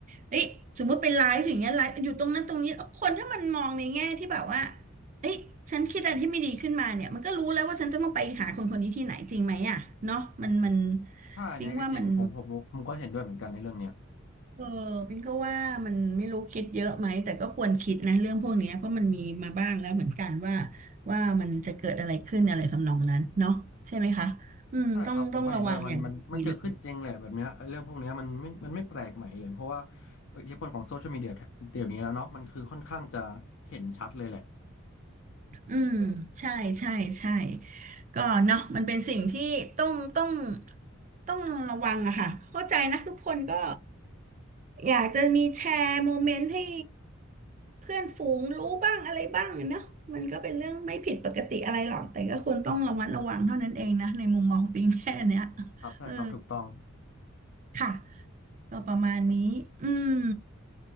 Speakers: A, on the right (about 35°); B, on the left (about 65°).
A: เอ้ยสมมุติเป็นไลฟ์อย่างเงี้ยไลฟ์อยู่ตรงนั้นตรงนี้้คนถ้ามันมองในแง่ที่แบบว่าเอ้ยฉันคิดอะไรที่ไม่ดีขึ้นมาเนี่ยมันก็รู้แล้วว่าฉันต้องไปหาคนคนนี้ที่ไหนจริงไหมอ่ะเนาะมันมัน
B: ถ้าอันเนี้ยก็จริงผมผมผมผมก็เห็นด้วยเหมือนกันในเรื่องเนี้ย
A: ปิ๊งว่ามันเออปิ๊งก็ว่ามันไม่รู้คิดเยอะไหมแต่ก็ควรคิดนะเรื่องพวกเนี้ยเพราะมันมีมาบ้างแล้วเหมือนกันว่าว่ามันจะเกิดอะไรขึ้นอะไรทำนองนั้นเนาะใช่ไหมคะอืมต้องต้องระวังอย่างดีเลย
B: ใช่ครับผมก็เห็นด้วยมันมันมันเกิดขึ้นจริงแหละแบบเนี้ยไอ้เรื่องพวกเนี้ยมันไม่มันไม่แปลกใหม่เลยเพราะว่าอิทธิพลของโซเชียลมีเดียเดี๋ยวนี้แล้วเนาะมันคือค่อนข้างจะเห็นชัดเลยแหละ
A: อืมใช่ใช่ใช่ก็เนาะมันเป็นสิ่งที่ต้องต้องต้องระวังอะค่ะเข้าใจนะทุกคนก็อยากจะมีแชร์โมเมนต์ให้เพื่อนฝูงรู้บ้างอะไรบ้างเนาะมันก็เป็นเรื่องไม่ผิดปกติอะไรหรอกแต่ก็ควรต้องระมัดระวังเท่านั้นเองนะในมุมมองปิงแค่เนี้ย
B: ครับใช่ครับถูกต้อง
A: เออค่ะก็ประมาณนี้อืม